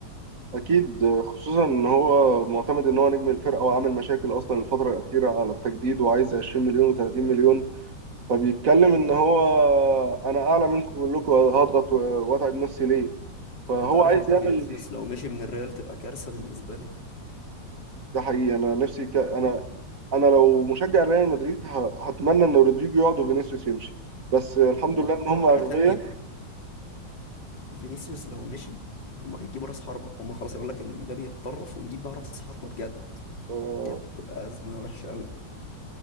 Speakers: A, on the right (about 50°); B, on the left (about 75°).
A: أكيد آه، خصوصا إن هو معتمد إن هو نجم الفرقة وعامل مشاكل أصلا الفترة الأخيرة على التجديد وعايز 20 مليون و30 مليون فبيتكلم إن هو أنا أعلى منكم كلكم هضغط وأتعب نفسي ليه فهو
B: انت عارف
A: عايز
B: ان
A: يعمل
B: فينيسيوس لو مشي من الريال تبقى كارثه بالنسبه لي
A: ده حقيقي انا نفسي ك... انا انا لو مشجع ريال مدريد ه... هتمنى ان رودريجو يقعد وفينيسيوس يمشي بس الحمد
B: بالظبط
A: لله ان هم
B: وحاجه
A: اغبياء
B: تانية فينيسيوس لو مشي هما هيجيبوا راس حربة هما خلاص يقول لك ان مبابي يتطرف ونجيب بقى راس حربة بجد
A: آه،
B: دي هتبقى أزمة وحشة أوي